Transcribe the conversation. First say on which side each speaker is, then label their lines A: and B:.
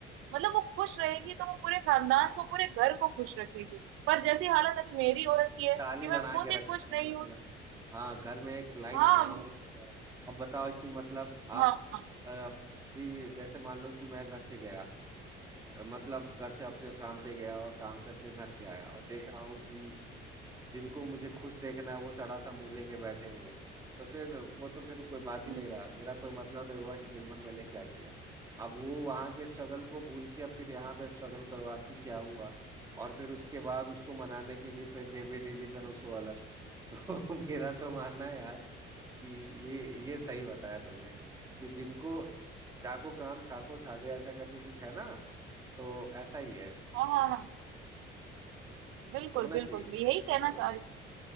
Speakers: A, on the right; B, on the right.
A: मतलब वो खुश रहेगी तो वो पूरे खानदान को पूरे घर को खुश रखेगी पर जैसी हालत अभी मेरी औरत
B: है?
A: की
B: खुशहाली
A: है कि मैं
B: बना
A: खुद
B: के
A: ही
B: रखती
A: खुश नहीं
B: है मतलब
A: हूँ
B: हाँ घर में एक लाइट
A: हाँ
B: माहौल होता है अब बताओ कि मतलब
A: हाँ
B: आप
A: हाँ
B: अ, भी जैसे मान लो कि मैं घर से गया अ, मतलब घर से अपने काम पे गया और काम से अपने घर पे आया और देख रहा हूँ कि जिनको मुझे खुश देखना है वो सड़ा सा मुंह लेके बैठे हुए हैं तो फिर वो तो फिर कोई बात ही
A: हम्म,
B: नहीं
A: हम्म,
B: रहा मेरा कोई मतलब नहीं हुआ कि दिन भर मैंने क्या किया अब वो वहां के स्ट्रगल को भूल के अब फिर यहाँ पे स्ट्रगल करो आपकी क्या हुआ और फिर उसके बाद उसको मनाने के लिए फिर जेबी ढीली करो सो अलग <laughs> तो मेरा तो मानना है यार कि ये ये सही बताया तुमने कि जिनको जाको काम ताको साझे ऐसा करके कुछ है ना तो ऐसा ही है
A: हाँ हाँ हाँ बिल्कुल
B: होना
A: बिल्कुल
B: चाहिए
A: मैं यही कहना
B: सही बोला
A: चाह रही हूँ